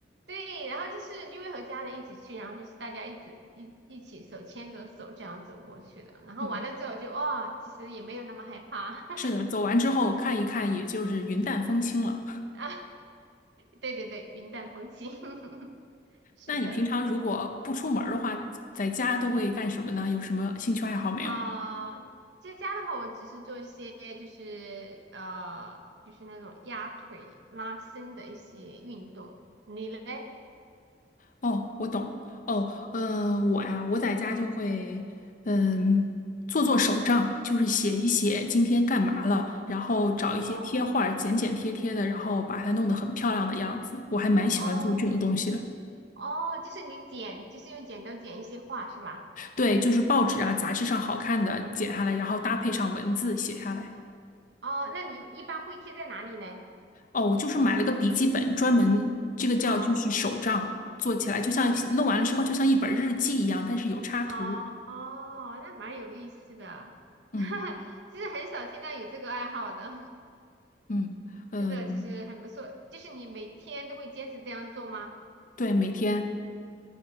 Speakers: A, on the right (about 80°); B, on the left (about 50°).
A: 对，然后就是因为和家人一起去，然后就是大家一直一一起手牵着手这样走过去的，然后完了之后就哦，
B: 嗯，
A: 其实也没有那么害怕
B: 是的，走完之后看一看，也就是云淡风轻了。
A: <laughs> 啊，对对对，云淡风轻，<laughs> 是的
B: 那你平常如果不出门儿的话，在家都会干什么呢？有什么兴趣爱好没有？
A: 啊、在家的话，我只是做一些就是呃就是那种压腿拉伸的一些运动，你嘞？
B: 哦，我懂。哦，嗯呃，我呀，我在家就会，嗯，做做手账，就是写一写今天干嘛了，然后找一些贴画儿，
A: 哦
B: 剪剪贴贴的，然后把它弄得很漂亮的样子。我还蛮喜欢做这种东西的。
A: 哦哦，就是你剪，就是用剪刀剪一些画是吧？
B: 对，就是报纸啊、杂志上好看的剪下来，然后搭配上文字写下来。
A: 哦，那你一般会贴在哪里呢？
B: 哦，我就是买了个笔记本，专门这个叫就是手账，
A: 哦
B: 做起来就像弄完了之后就像一本日记一样，但是有插图。
A: 哦哦，那蛮有意思的，
B: 嗯
A: <laughs> 其实很少听到有这个爱好的，
B: 嗯嗯，
A: 真的就是很不错。就是你每天都会坚持这样做吗？
B: 对，每天